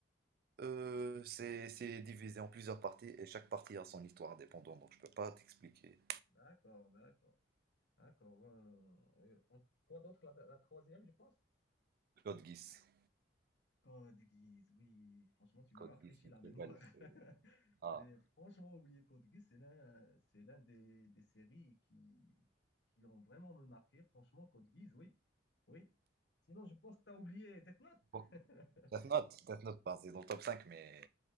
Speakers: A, on the right (about 50°); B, on the left (about 65°).
A: Euh, c'est c'est divisé en plusieurs parties et chaque partie a son histoire indépendante, donc je peux pas t'expliquer.
B: D'accord, d'accord, d'accord. Euh, et en- quoi d'autre? La, la troisième, je pense.
A: Code Geass.
B: Code Geass, oui, franchement, tu m'as
A: Code
B: rafraîchi
A: Geass, c'est
B: la
A: une très
B: mémoire.
A: belle
B: <laughs>
A: série. Ah.
B: J'ai franchement oublié Code Geass, c'est l'un, c'est l'un des, des séries qui, qui ont vraiment me marqué. Franchement, Code Geass, oui, oui. Sinon, je pense que tu as oublié Death Note.
A: Bon.
B: <laughs>
A: Death Note, Death Note, bah, c'est dans le top 5 mais